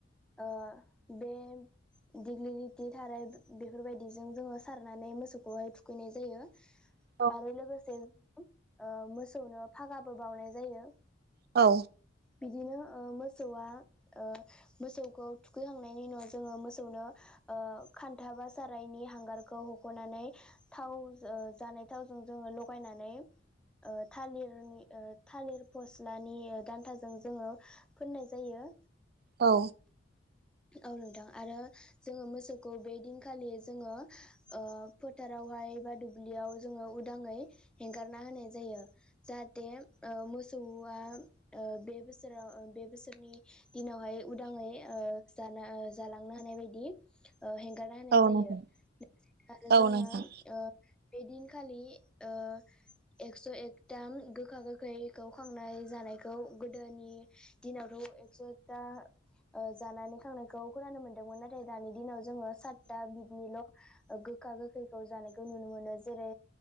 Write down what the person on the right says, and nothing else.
<inaudible>
औ
औ
औ
नोंथां
औ
नोंथां